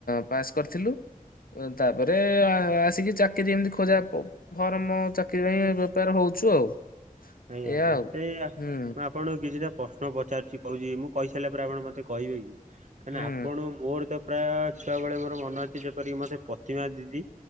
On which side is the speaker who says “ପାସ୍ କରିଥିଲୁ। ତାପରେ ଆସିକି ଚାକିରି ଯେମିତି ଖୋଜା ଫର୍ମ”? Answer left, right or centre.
Left